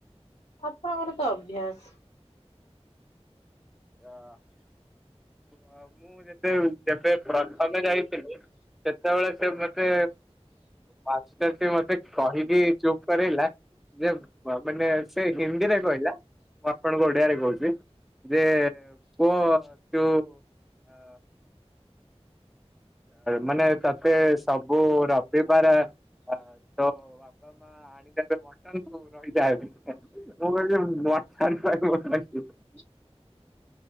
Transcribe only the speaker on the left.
ଆପଣଙ୍କର ତ ଅଭ୍ୟାସ।
<inaudible>